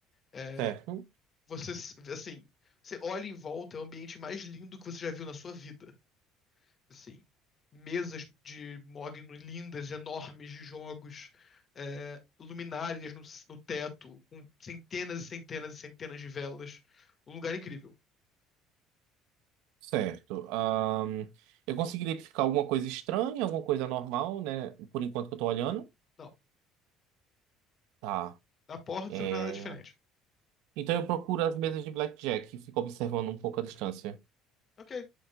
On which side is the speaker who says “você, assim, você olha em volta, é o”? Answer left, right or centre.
Left